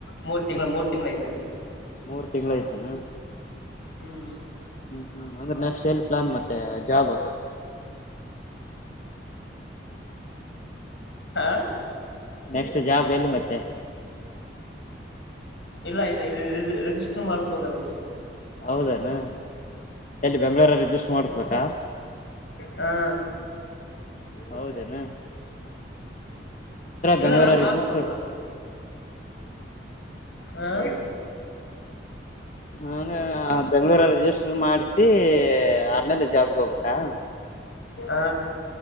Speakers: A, on the left; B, on the left.
A: ಮೂರ್ ತಿಂಗಳ
B: ಮೂರ್.
A: ತಿಂಗಳ ಐತ್ ನಮಗೆ
B: ಮೂರು ತಿಂಗಳು ಆಯತನ.
A: ಹ್ಮ್
B: ಹ್ಮ್ ಹ್ಮ್ ಅಂದ್ರೆ ನೆಸ್ಟ್ ಎಲ್ ಪ್ಲಾನ್ ಮತ್ತೆ. ಜಾಬ್
A: <inaudible> ಹಾ
B: ನೆಕ್ಸ್ಟ್ ಜಾಬ್ ಎಲ್ಲಿ ಮತ್ತೆ.
A: ಇಲ್ಲ ರಿ ರ್ರೀ...... ರಿಜಿಸ್ಟರ್ ಮಾಡಸ್ಬೇಕ ಅದನ್ನ.
B: ಹೌದನ ಎಲ್ಲಿ ಬೆಂಗ್ಳೂರಲ್ಲಿ ರಿಜಿಸ್ಟ್ರ್ ಮಾಡಸಬೇಕಾ.
A: ಹಾ
B: ಹೌದೇನ.
A: ಇಲ್ಲ
B: ಬೆಂಗ್ಳೂರ
A: ನಾನ್ ಮಾಡಸ್ಬೇಕು.
B: ರಿಜಿಸ್ಟರ್
A: ಹಾ
B: ಹಂಗಾರ ಬೆಂಗ್ಳೂರಲಿ ರಿಜಿಸ್ಟರ್ ಮಾಡ್ಸಿ ಆಮೇಲೆ ಜಾಬ್ಗೆ ಹೋಗಬೇಕಾ.
A: ಆ.